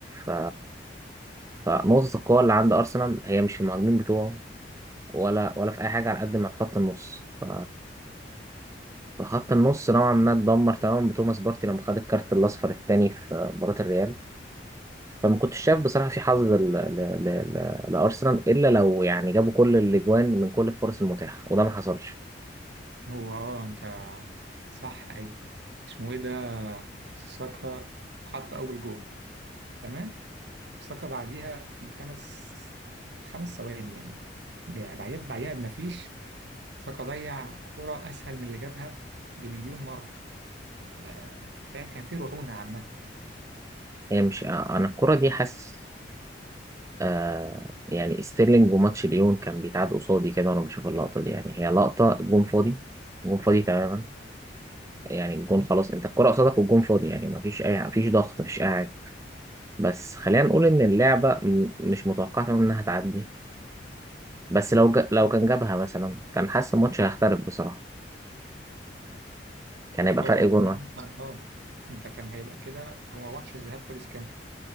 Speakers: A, on the right; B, on the right.
A: ف فنقطة القوة اللي عند ارسنال هي مش في المهاجمين بتوعه ولا ولا في اي حاجة على قد ما في خط النص ف... فخط النص نوعا ما اتدمر تماما بتوماس بارتي لما خد الكارت الاصفر الثاني في مباراة الريال فما كنتش شايف بصراحة في حظ ل... ل... ل... ل... لارسنال الا لو يعني جابوا كل الاجوان من كل الفرص المتاحة وده ما حصلش
B: هو اه أنت صح أيوة اسمه إيه ده ساكا حط أول جول تمام ساكا بعديها بخمس خمس ثواني يعني بعديها بعديها بمفيش ساكا ضيع كرة أسهل من اللي جابها بمليون مرة آه، فعلا كان في رعونة عامة
A: هي مش انا الكرة دي حاسس آه يعني ستيرلينج وماتش ليون كان بيتعاد قصادي كده وانا بشوف اللقطه دي يعني هي لقطه جون فاضي جون فاضي تماما يعني الجون خلاص انت الكره قصادك والجون فاضي يعني مفيش اي مفيش ضغط مفيش اي حاجه بس خلينا نقول ان اللعبه م- مش متوقعه تماما انها تعدي بس لو ج... لو كان جابها مثلا كان حاسس الماتش هيختلف بصراحه كان هيبقى
B: هو
A: فرق
B: لو
A: جون
B: كان جابها
A: واحد
B: كان اه أنت كان هيبقى كده هو ماتش الذهاب خلص كام؟